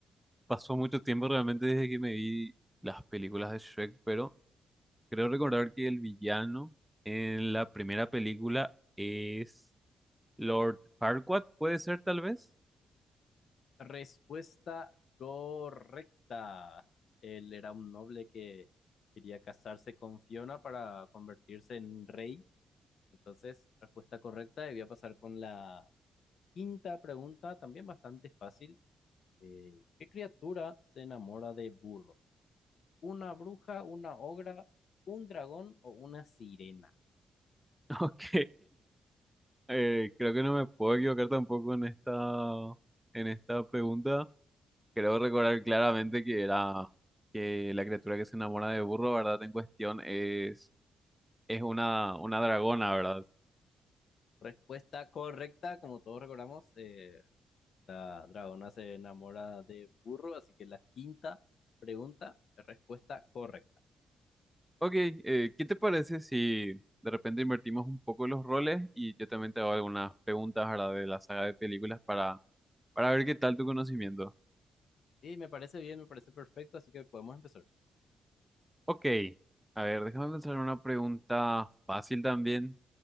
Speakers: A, in the centre; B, on the left.
A: pasó mucho tiempo realmente desde que me vi las películas de Shrek, pero creo recordar que el villano en la primera película es... Lord Farquaad, puede ser tal vez.
B: Respuesta correcta. Él era un noble que quería casarse con Fiona para convertirse en rey. Entonces, respuesta correcta. Y voy a pasar con la quinta pregunta, también bastante fácil. Eh, ¿qué criatura se enamora de burro? ¿Una bruja, una ogra, un dragón o una sirena?
A: <laughs> Ok, eh, creo que no me puedo equivocar tampoco en esta, en esta pregunta. Creo recordar claramente que era que la criatura que se enamora de burro, ¿verdad? En cuestión es, es una, una dragona, ¿verdad?
B: Respuesta correcta, como todos recordamos, eh, La dragona se enamora de burro, así que la quinta pregunta, respuesta correcta.
A: Ok, eh, ¿qué te parece si de repente invertimos un poco los roles y yo también te hago algunas preguntas, ¿verdad? De la saga de películas para, para ver qué tal tu conocimiento.
B: Y me parece bien, me parece perfecto, así que podemos empezar.
A: Ok, a ver, déjame pensar en una pregunta fácil también.